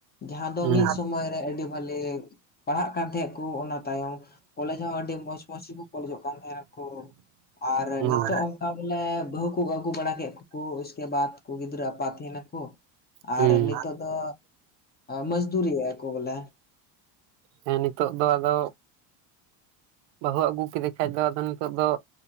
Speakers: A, on the left; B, on the right.
A: ᱡᱟᱦᱟᱸ ᱫᱚ
B: ᱦᱩᱸ
A: ᱢᱤᱫ ᱥᱚᱢᱚᱭᱨᱮ ᱟᱹᱰᱤ ᱵᱷᱟᱹᱞᱤ ᱯᱟᱲᱦᱟᱜ ᱠᱟᱱ ᱛᱟᱦᱮᱸᱫ ᱠᱚ ᱚᱱᱟ ᱛᱟᱭᱚᱢ ᱠᱚᱞᱮᱡᱽ ᱦᱚᱸ ᱟᱹᱰᱤ ᱢᱚᱸᱡᱽ ᱢᱚᱸᱡᱽ ᱜᱮᱠᱚ ᱠᱚᱞᱮᱡᱚᱜ ᱠᱟᱱ ᱛᱟᱦᱮᱸᱱᱟᱠᱚ ᱟᱨ
B: ᱦᱩᱸ
A: ᱱᱤᱛᱚᱜ ᱚᱱᱠᱟ ᱵᱚᱞᱮ ᱵᱟᱹᱦᱩ ᱠᱚ ᱟᱹᱜᱩ ᱵᱟᱲᱟ ᱠᱮᱫ ᱠᱚᱠᱚ ᱩᱥᱠᱮ ᱵᱟᱫᱽ ᱠᱩ ᱜᱤᱫᱽᱨᱟᱹ ᱟᱯᱟᱛ ᱛᱟᱦᱮᱱᱟ ᱠᱚ
B: ᱦᱩᱸ
A: ᱟᱨ ᱱᱤᱛᱚᱜ ᱫᱚ ᱢᱟᱡᱫᱩᱨᱤ ᱟᱠᱚ ᱵᱚᱞᱮ᱾
B: ᱦᱮᱸ ᱱᱤᱛᱚᱜ ᱫᱚ ᱟᱫᱚ ᱵᱟᱹᱦᱩ ᱟᱹᱜᱩ ᱠᱮᱫᱮ ᱠᱷᱟᱡ ᱫᱚ ᱟᱫᱚ ᱱᱤᱛᱚᱜ ᱫᱚ